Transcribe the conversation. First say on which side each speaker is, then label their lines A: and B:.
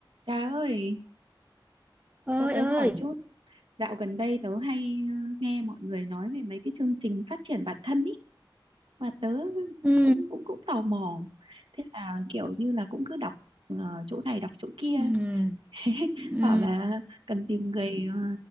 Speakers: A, on the right; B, on the right.
A: Trà ơi,
B: ơi
A: cho tớ
B: ơi
A: hỏi chút. Dạo gần đây tớ hay ờ, nghe mọi người nói về mấy cái chương trình phát triển bản thân ý mà tớ
B: ừ,
A: cũng cũng cũng tò mò. Thế là kiểu như là cũng cứ đọc ờ, chỗ này đọc chỗ kia,
B: ừ,
A: <laughs> thế
B: ừ,
A: bảo là cần tìm người ờ,